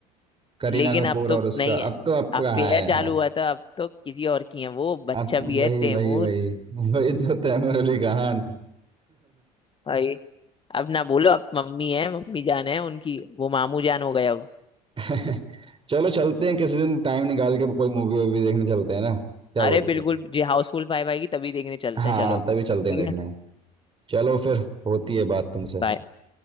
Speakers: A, on the right; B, on the left.
A: करीना
B: लेकिन
A: कपूर
B: अब तो
A: और उसका
B: नहीं है
A: अब तो आपको
B: अफेयर
A: कहाँ है यार
B: चालू हुआ था अब तो किसी और की है वो बच्चा
A: अब
B: भी है
A: वही
B: तैमूर
A: वही वही <laughs> वही तो तैमूर अली खान
B: भाई अब ना बोलो अब मम्मी है मम्मी जान है उनकी वो मामू जान हो गए अब
A: <laughs> चलो चलते हैं किसी दिन टाइम निकाल के कोई मूवी वूवी देखने चलते हैं ना क्या
B: अरे
A: बोलते
B: बिल्कुल
A: हो
B: जी हाउसफुल फाइव आएगी तभी देखने चलते
A: हाँ
B: हैं चलो
A: तभी चलते
B: ठीक
A: हैं देखने
B: है
A: चलो फिर होती है बात तुमसे
B: बाय